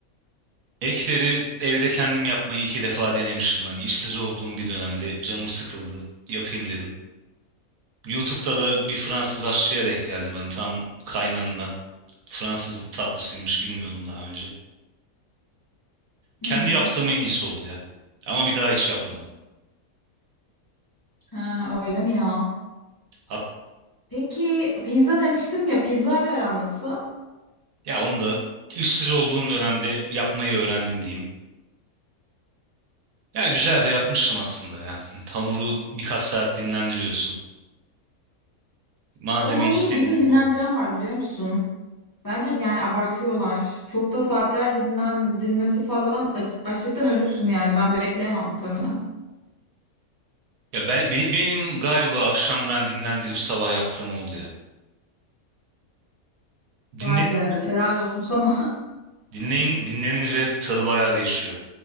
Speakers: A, on the right; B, on the left.
A: Ekleri evde kendim yapmayı iki defa denemiştim. Hani işsiz olduğum bir dönemde canım sıkıldı. Yapayım dedim. YouTube'da da bir Fransız aşçıya denk geldim. Hani tam kaynağından. Fransız tatlısıymış bilmiyordum daha önce.
B: Hı
A: Kendi
B: hı.
A: yaptığım en iyisi oldu ya. Ama bir daha hiç yapmadım.
B: Ha öyle mi ya?
A: Hat
B: Peki pizza demiştim ya pizza ile aran nasıl?
A: ya onu da işsiz olduğum dönemde yapmayı öğrendim diyeyim. Ya güzel de yapmıştım aslında ya. <laughs> Hamuru birkaç saat dinlendiriyorsun. Malzemeyi
B: O hamuru
A: istediğine
B: bir gün
A: koy.
B: dinlendiren var biliyor musun? Bence yani abartıyorlar. Çok da saatlerce dinlendirmesi falan aç- açlıktan ölürsün yani. Ben bekleyemem muhtemelen.
A: Ya ben be- benim galiba akşamdan dinlendirip sabah yaptığım oldu ya. Dinlenince
B: Vay be, helal olsun sana. <laughs>
A: dinleyin dinlenince tadı bayağı değişiyor.